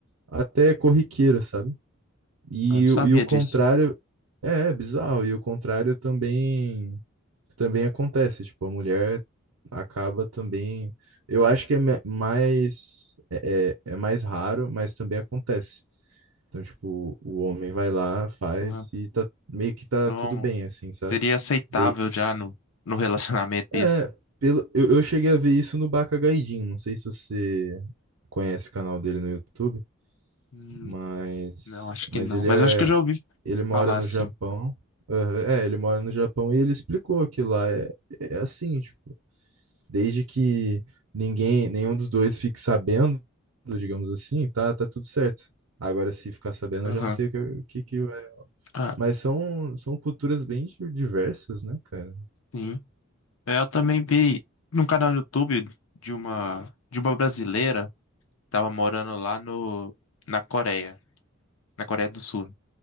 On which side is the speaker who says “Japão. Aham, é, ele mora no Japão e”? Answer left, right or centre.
Right